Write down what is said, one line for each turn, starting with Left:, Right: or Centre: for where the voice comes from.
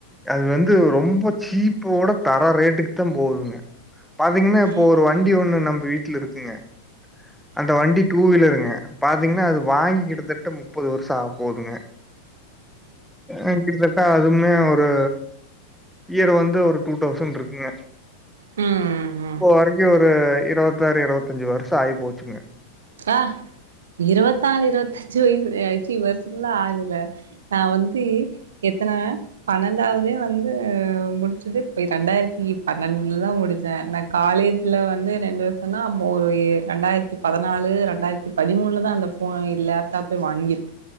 Centre: அது வந்து ரொம்ப சீப்போட தர ரேட்டுக்கு தா போதுங்க பாத்தீங்ன்னா இப்ப
Right: ம்
Centre: ஒரு வண்டி ஒண்ணு நம்ப வீட்டுல இருக்குங்க அந்த வண்டி டூ வீலருங்க பாத்திங்னா அது வாங்கி கிட்டத்தட்ட முப்பது வருஷோ ஆக போதுங்க ம் கிட்டதட் ட அதுமே ஒரு இயர் வந்து ஒரு டூ டவுசண்ருக்குங்க
Right: ம் ம்
Centre: இப்போ
Right: ம்
Centre: வரைக்கு ஒரு இருவத்தாறு இருவத்தஞ்சு வருஷோ ஆயி போச்சுங்க
Right: அ இருவத்தாரு இருவத்தஞ்சு வயசு அயிக்கி வருசம்ல்லா ஆகுதுல்ல நா வந்து எத்தன பன்னெண்டாவதே வந்து முடிச்சது இப்ப ரெண்டாயிரத்தி பன்னண்டுலதா முடிச்சே காலேஜ்ல வந்து ரெண்டு வருஷோந்தா மு எ ரெண்டாயிரத்தி பதி னாலு ரெண்டாயிரத்தி பதிமூண்ல தா அந்த போ லேப்டாப்பே வாங்கிருக்